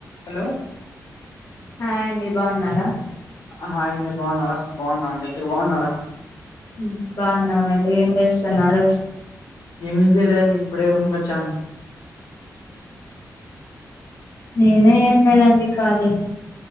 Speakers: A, on the left (about 80°); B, on the left (about 45°).
A: Hello
B: hi అండి బాగున్నారా
A: hi అండి బాగున్నారా బాగున్నా ఆంటీ మీరు బాగున్నారా
B: హ్మ్ బాగున్నాం అం డి ఏం చేస్సున్నారు
A: ఏమ్ జేయ్యలేదండి ఇప్పుడే రూమ్ కొచ్చాను
B: నేనే లేదండి కాలినే